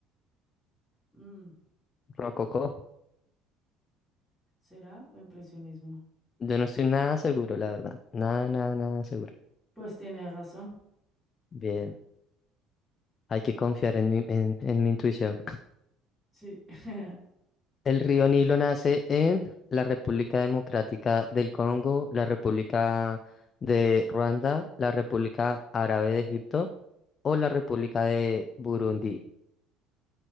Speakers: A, in the centre; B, on the left.
A: Mm,
B: Rococó.
A: ¿será o impresionismo?
B: Yo no estoy nada seguro, la verdad. Nada, nada, nada seguro.
A: Pues tiene razón.
B: Bien, hay que confiar en mi, en, en mi intuición.
A: Sí. <laughs>
B: El río Nilo nace en la República Democrática del Congo, la República de Ruanda, la República Árabe de Egipto o la República de Burundi.